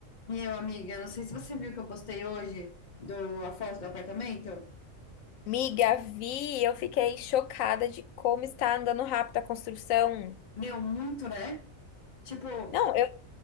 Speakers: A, on the left; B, on the left.
A: Meu, amiga, não sei se você viu que eu postei hoje do, a foto do apartamento.
B: Miga, vi, eu fiquei chocada de como está andando rápido a construção.
A: Meu, muito, né? Tipo,
B: Não, eu